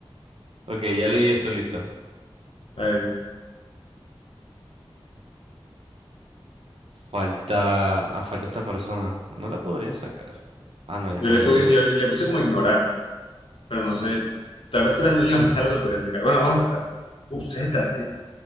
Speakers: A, on the right (about 80°); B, on the left (about 70°).
A: Ok, ya le di esto, listo.
B: a ver,
A: Falta. Ah, falta esta persona. No la podría sacar. Ah, no, ya.
B: yo
A: Bueno,
B: le
A: ya
B: puse,
A: empezó.
B: yo le le puse como ignorar, pero no sé. Tal vez tú eres el dueño de la sala, lo podrías sacar. Bueno, vamos a empezar. UZ, ¿qué?